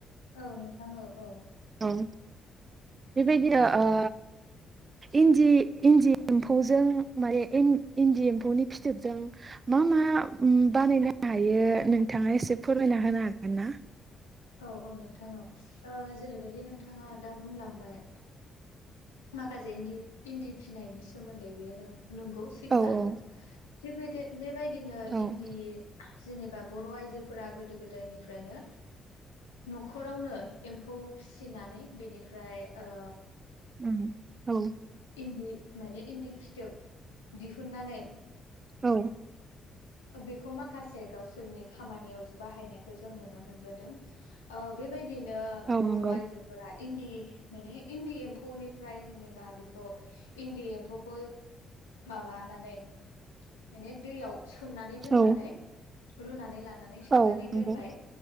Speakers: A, on the left; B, on the right.
A: औ नोंथां औ औ ।
B: औ बेबायदिनो ओ इन्दि इन्दि एम्फौजों माने इन्द इन्दि एम्फौनि फिथोबजों मा मा उम बानायनो हायो नोंथांङा एसे फोरमायना होनो हागोन ना?
A: औ औ नोंथां औ ओ जेरैबायदि नोंथांङा दा बुंलांबाय माखासे इन्दि इन्दि फिनायनि सोमोन्दै बेयो नों-नोंगौ सैथोआनो
B: औ औ
A: थिग बिदि बेबायदिनो
B: औ
A: इन्दि जेनेबा बर' आइजोफोरा गोदो गोदायनिफ्रायनो न'खरावनो एम्फौ फिसिनानै बेनिफ्राय ओ
B: उम औ।
A: इन्दि माने इन्दि फिथोब दिहुननानै
B: औ
A: ओ बेखौ माखासे गावसोरनि खामानियाव बाहायनायखौ जों नुनोमोनबोदों ओ बेबायदि बिदिनो
B: औ
A: बर'
B: नंगौ
A: आइजोफोरा इन्दि माने इन्दि एम्फौनिफ्राय जेनेबा बि इन्दि एम्फौखौ माबानानै माने दैयाव सोमनानै दोननानै
B: औ
A: रुनानै लानानै सोमनानै
B: औ नंगौ
A: दोनबाय